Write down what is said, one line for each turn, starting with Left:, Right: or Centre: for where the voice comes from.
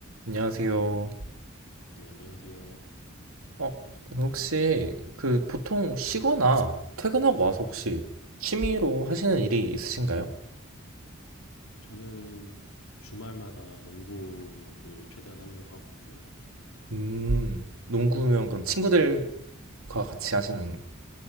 Right: 안녕하세요.
Left: 네, 안녕하세요.
Right: 어, 혹시 그 보통 쉬거나 퇴근하고 와서 혹시 취미로 하시는 일이 있으신가요?
Left: 저는 주말마다 농구를 최대한 하려고 하고 있고요.
Right: 음, 농구면 그럼 친구들과 같이 하시는가요?